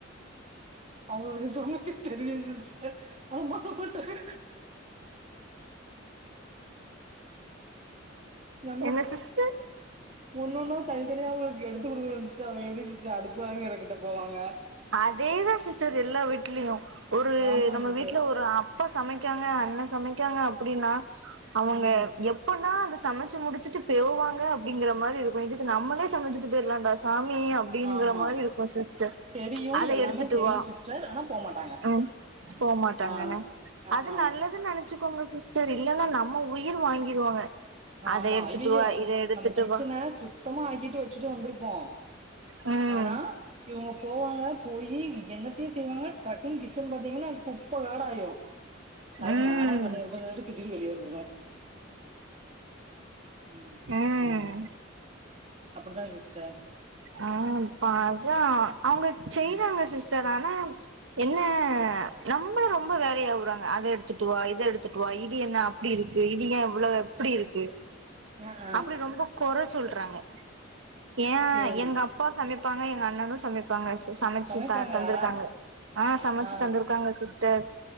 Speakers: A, on the right (about 35°); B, on the right (about 80°).
A: அவுங்களுக்கு சமைக்க தெரியு சிஸ்டர் ஆனா பண்ண மாட்டாரு <unintelligible>
B: என்ன சிஸ்டர்
A: ஒன் ஒன்னா தனித்தனியா அவுங்களுக்கு எடுத்து குடுக்கணு சிஸ்டர் அவுங்க எப்டி சிஸ்டர் அடுப்பாங்கறகிட்ட போவாங்க
B: அதேதா சிஸ்டர் எல்லா வீட்லயு ஒரு
A: ஆமா
B: நம்ம
A: சிஸ்டர்
B: வீட்ல ஒரு அப்பா சமைக்காங்க அண்ண சமைக்காங்க அப்டின்னா அவுங்க
A: ம்
B: எப் எப்பின்னா அத சமச்சு முடிச்சுட்டு பேவ்வாங்க அப்டிங்கிற மாரி இருக்கு இதுக்கு நம்மளே சமச்சிட்டு போயர்லான்டா சாமி அப்டிங்கிற
A: ஆமா
B: மாரி இருக்கு சிஸ்டர்
A: தெரியு
B: அத
A: எல்லாமே
B: எடுத்துட்டு
A: தெரியு
B: வா
A: சிஸ்டர் ஆனா போமாட்டாங்க
B: ம் போமாட்டாங்கன்னு
A: ஆ ஆ
B: அது
A: ஆ
B: நல்லதுன் நனச்சுக்கோங்க சிஸ்டர் இல்லன்னா நம்ம உயிர் வாங்கிருவாங்க
A: ஆமா
B: அத எடுத்துட்டு
A: ஐய்யயோ
B: வா இத எடுத்துட்டு
A: நம்ம கிச்சன
B: வா
A: சு சுத்தமா ஆக்கிட்டு வச்சுட்டு வந்துருப்போ
B: ம்
A: ஆனா இவுங்க போவாங்க போயி என்னத்தையு செய்வாங்க டக்குன்னு கிச்சன் பாத்தீங்கன்னா குப்ப காடு ஆயிரு அதுக்கு
B: ம்
A: நானே பண்ணிருப்ப சொல்லிட்டு திட்டிட்டு வெளிய வந்துருவ ம்
B: ம்
A: அப்படி தா சிஸ்டர்
B: ஆ இப்ப அதா அவுங்க செய்றாங்க
A: ம்
B: சிஸ்டர் ஆனா என்ன
A: ம்
B: நம்மள ரொம்ப வேலை ஏவுறாங்க அத எடுத்துட்டு வா இத எடுத்துட்டு வா இது என்ன அப்படி இருக்கு இது ஏ எவ்ளோ எப்டி இருக்கு
A: ஆ ஆ
B: அப்படி ரொம்ப கொற சொல்றாங்க ஏ
A: சேரி
B: எங்க அப்பா சமைப்பாங்க எங்க அண்ணனு சமைப்பாங்க ச சமச்சு
A: சமைப்பாங்களா
B: த தந்திருக்காங்க ஆ‌ சமச்சு
A: ஆ
B: தந்திரு க்காங்க சிஸ்டர்